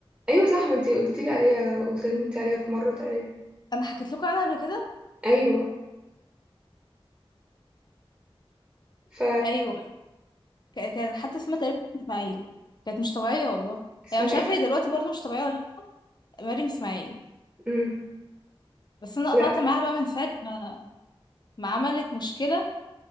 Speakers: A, on the right; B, on the left.
A: أيوة صح ما انتي قلتيلي عليها وسلمتي عليها في مرة تقريبا
B: انا حكيت لكم عنها قبل كده
A: أيوة ف
B: ايوه ك- كان حتى اسمها تقريبا اسماعيل كانت مش طبيعية والله
A: اسمها
B: يعني مش عارفة
A: ايه؟
B: هي دلوقتي برضه مش طبيعية ولا لأ. مريم اسماعيل
A: مم.
B: بس انا
A: لا
B: قطعت معاها بقى من ساعة ما ما عملت مشكلة